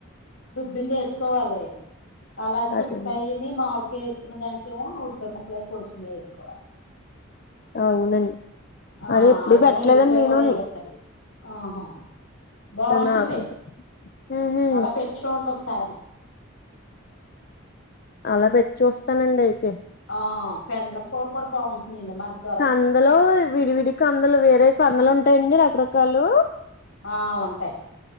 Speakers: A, on the left; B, on the left.
A: రుబ్బింది ఎసుకోవాలి అలా చింతకాయని
B: అదేనండి
A: మామిడికాయ ఎసుకున్న దానికెమో ఉల్లిపాయ ముక్కలవి కోసుకునేది ఎక్కువ
B: అవునండి
A: ఆ
B: అదే ఎప్పుడు
A: అల్లం
B: పెట్టలేదండి
A: ఎల్లి పాయ
B: నేనుని
A: కూడా ఎయ్యాకర్లేద్ ఆహా బావుంటుంది
B: నాకు ఉహు
A: అలా పెట్టీ చూడండి ఒక సారి
B: అలా పెట్టి చుస్తానండి అయితే
A: ఆ పెండలం కూర కూడా బాగుంటుందండే మనక్
B: కందలో విడివిడి కందలు వేరే కందలు ఉంటాయండి రకరకాలు
A: ఆ ఉంటాయి